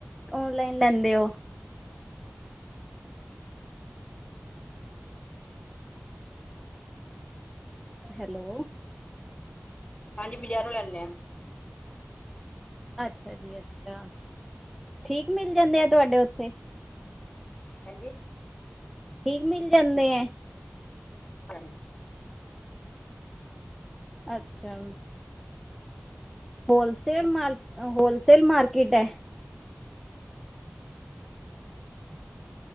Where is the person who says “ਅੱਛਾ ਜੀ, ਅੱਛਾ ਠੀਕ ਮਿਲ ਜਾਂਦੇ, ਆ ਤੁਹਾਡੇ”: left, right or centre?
Centre